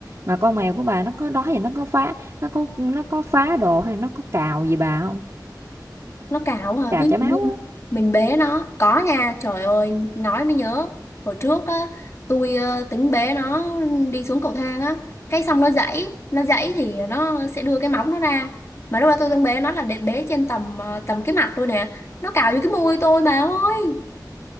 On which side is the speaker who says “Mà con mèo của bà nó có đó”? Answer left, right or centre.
Right